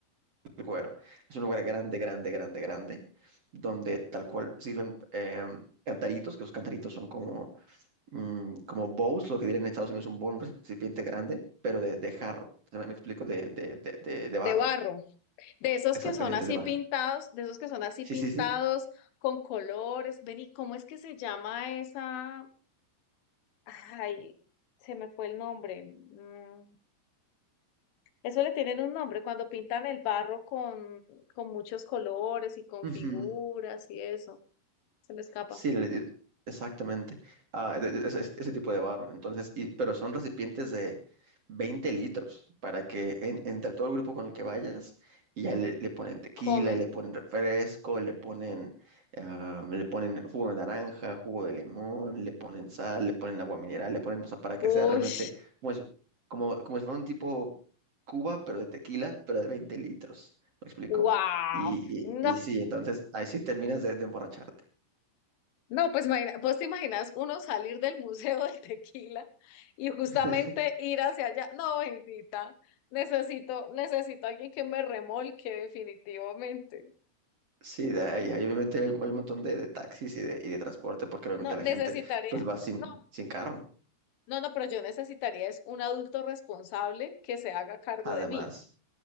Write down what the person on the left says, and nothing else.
De
barro. De esos
que son así
pintados, de esos que son así
pintados
con colores. Ven, ¿y cómo es que se llama esa? Ay, se me fue el nombre. Mm, Eso le tienen un nombre cuando pintan el barro con, con muchos colores y con
figuras y eso. Se me escapa.
Comen.
Uy,
wow.
No,
No, pues imagina- vos te imaginas uno salir del Museo del Tequila y justamente
ir hacia allá. No, bendita, necesito, necesito alguien que me remolque definitivamente.
No,
necesitaría,
no,
no, no, pero yo necesitaría es un adulto responsable que se haga cargo
de mí.